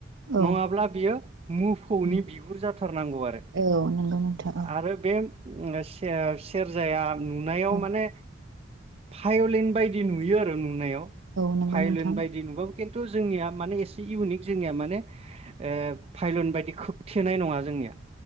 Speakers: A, on the right; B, on the right.
A: औ
B: नङाब्ला बियो मोफौनि
A: उम
B: बिगुर जाथारनांगौ आरो
A: औ नंगौ नोंथां औ
B: आरो बे सेर-सेरजाया नुनाययाव
A: औ
B: माने पायलिन बायदि नुयो आरो नुनायाव
A: औ नंगौ
B: भायलिन
A: नोंथां
B: बायदि नुबाबो खिन्थु जोंनिया माने एसे इउनिक जोंनिया माने ओ भाइलिन बायदि खोबथेनाय नङा जोंनिया